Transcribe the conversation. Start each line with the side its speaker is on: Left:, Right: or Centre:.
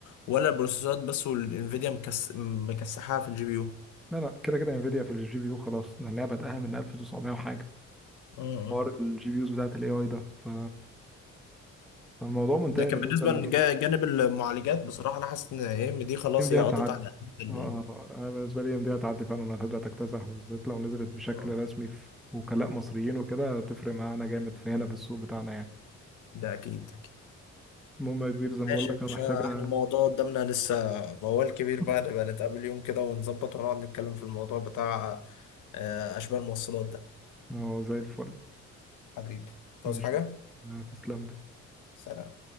Left: ولا البروسيسورات بس والانفيديا مكس... مكسحها في الجي بي يو
Centre: لا لا كده كده انفيديا في الجي بي يو خلاص لانها بدأها من 1900 وحاجه
Left: اه اه
Centre: حوار الجي بي يوز بتاعت الاي اي ده ف... فالموضوع منتهي
Left: ده كان
Centre: بالنسبه
Left: بالنسبة
Centre: لانفيديا
Left: لجانب المعالجات بصراحة انا حاسس ان اي ام دي خلاص
Centre: ام دي
Left: هي قضت
Centre: هتعدي
Left: على ال-
Centre: اه
Left: يعني
Centre: آه، انا بالنسبه لي ام دي هتعدي فعلا هتبدا تكتسح بالذات لو نزلت بشكل
Left: آه.
Centre: رسمي في وكلاء مصريين وكده هتفرق معانا جامد في هنا في السوق بتاعنا يعني
Left: ده اكيد اكيد
Centre: المهم يا كبير زي ما بقول
Left: ماشي
Centre: لك
Left: يا باشا
Centre: انا محتاجه
Left: احنا الموضوع قدامنا لسه موال كبير
Centre: <laughs>
Left: بقى نبقى نتقابل يوم كده ونظبط ونقعد نتكلم في الموضوع بتاع آه، اشباه الموصلات ده
Centre: اه زي الفل
Left: حبيبي تعوز
Centre: ماشي
Left: حاجة
Centre: آه، تسلم لي
Left: سلام